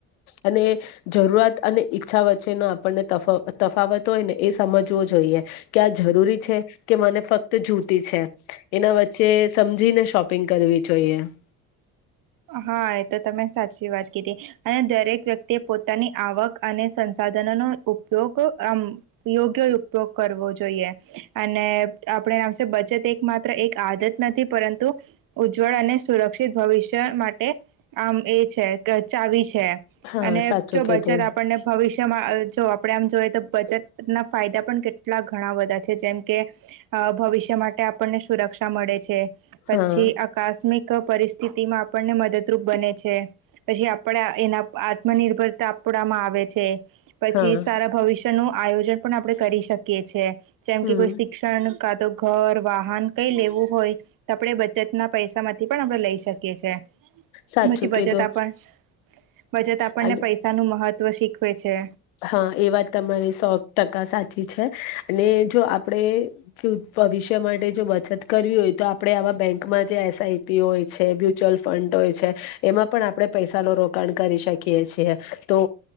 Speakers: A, on the left; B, on the right.
A: અને જરૂરિયાત અને ઈચ્છા વચ્ચેનો આપણને તફાવત હોય ને એ સમજ કે આ જરૂરી છે કે મને ફક્ત જૂતી છે એના વચ્ચે સમજી શોપિંગ કરવી જોઈએ.
B: હા એ તો તમે સાચી વાત કીધી અને દરેક વ્યક્તિએ પોતાની આવક અને સંસાધન ન ઉપયોગ આ યોગ્ય ઉપયોગ કરવો જોઈએ. અને આપણેમ બચત એક માત્ર એક આદત નથી પરંતુ જળ અને સુરક્ષિત ભવિષ્ય માટે આમ એ છે ચાવી છે
A: હા
B: અને
A: સાચું
B: જો
A: કીધું
B: બચત આપણને ભવિષ્ય જો આપણે આમ જોઈએ તો બજટ ના ફાયદા પણ કેટલા ઘણા બધા છે જેમ કે ભવિષ્ય માટે આપણને સુરક્ષા મળે છે
A: હા
B: પછી આકસ્મિક પરિસ્થિતિમાં આપણને મદદરૂપ બને છે પછી આપણા એના આત્મનિર્ભરતા આપણામાં આવે છે. પછી
A: હા
B: સારા ભવિષ્ય નું આયોજન પણ આપણેે કરી શકીએ છએ જેમ
A: હમ
B: કે કોઈ શિક્ષણ કા તો ઘર વાહન કઈ લેવું હોય તો આપણેે બચત ના પૈસા માંથી પણ આપણે લઈ શકીએ છીએ.
A: સાચું
B: પછી બચત
A: કીધું
B: આપણ બચત આપણને
A: અને
B: પૈસાનું મહત્વ તત્વ શીખવે છે.
A: હા એ વાત તમારી સો ટકા સાચી છે અને જો આપણે ભવિષ્ય માટે જો બચત કરવી હોય તો આપણે આવા બેંકમાં જે એસઆઈપી હોય છે મ્યુચ્યુઅલ ફંડ હો એમાં પણ આપણે પૈસા ન રોકાણ કરી શકીએ છીએ તો